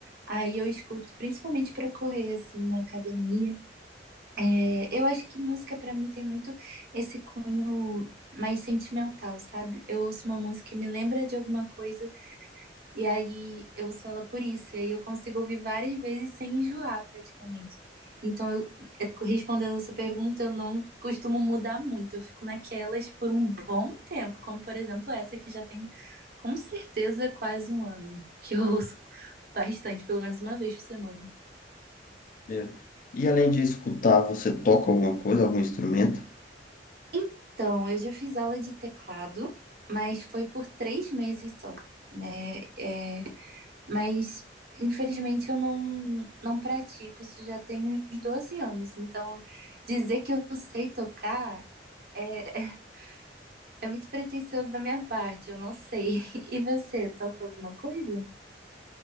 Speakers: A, on the right; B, on the left.
A: Aí eu escuto principalmente pra correr assim na academia. É, eu acho que música pra mim tem muito esse cunho mais sentimental, sabe? Eu ouço uma música e me lembra de alguma coisa, e aí eu ouço ela por isso, e aí eu consigo ouvir várias vezes sem enjoar praticamente. Então, eu, é, respondendo a sua pergunta, eu não costumo mudar muito, eu fico naquelas por um bom tempo, como por exemplo essa que já tem com certeza quase um ano, que eu ouço bastante, pelo menos uma vez por semana.
B: Primeiro. E além de escutar, você toca alguma coisa, algum instrumento?
A: Então, eu já fiz aula de teclado, mas foi por três meses só, né? É, mas, infelizmente, eu não, não pratico, isso já tem uns 12 anos. Então, dizer que eu sei tocar é, <laughs> é muito pretensioso da minha parte, eu não sei. <laughs> E você, toca alguma coisa?